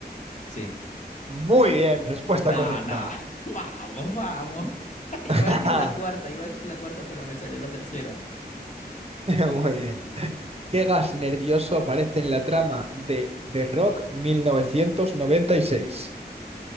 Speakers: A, on the left; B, on the right.
A: sí.
B: Muy bien, respuesta
A: No,
B: correcta.
A: no. <laughs> Vamos, vamos. <laughs> Iba
B: <laughs>
A: a decir la cuarta, iba a decir la cuarta, pero me salió la tercera.
B: Muy bien. ¿Qué gas nervioso aparece en la trama de The Rock 1996?